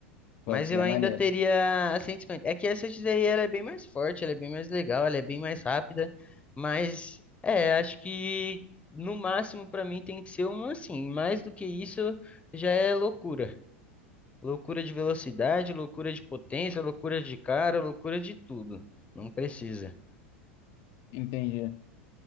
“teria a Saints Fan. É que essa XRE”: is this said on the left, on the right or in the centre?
Left